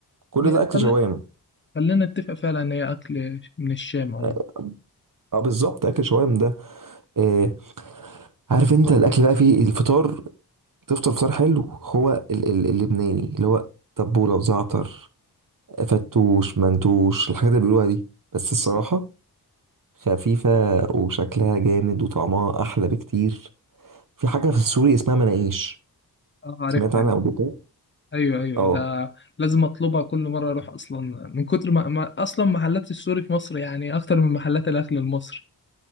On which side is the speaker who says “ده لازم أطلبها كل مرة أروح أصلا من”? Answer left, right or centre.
Left